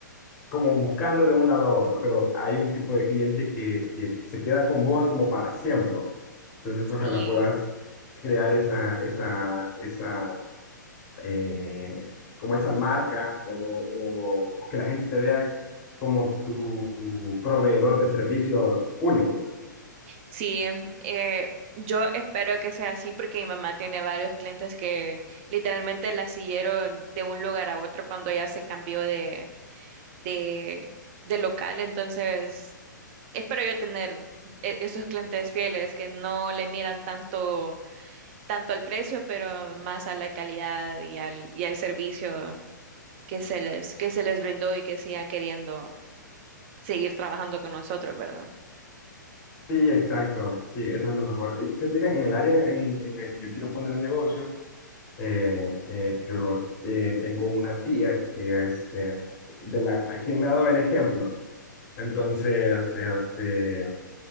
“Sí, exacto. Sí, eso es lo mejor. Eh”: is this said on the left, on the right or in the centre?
Left